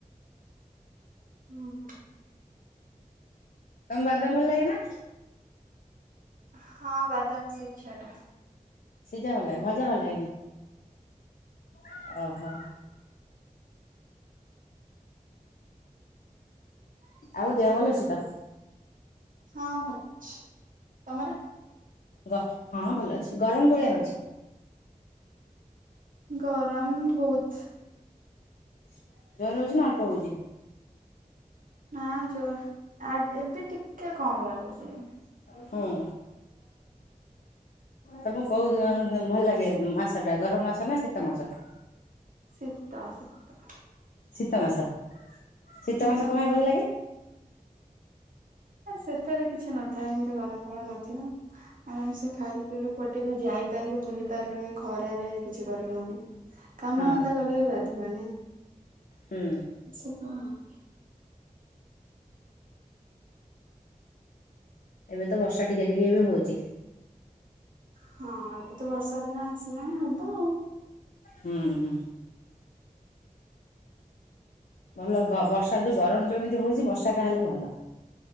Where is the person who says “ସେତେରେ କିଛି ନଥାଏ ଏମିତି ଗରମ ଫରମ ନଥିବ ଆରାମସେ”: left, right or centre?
Right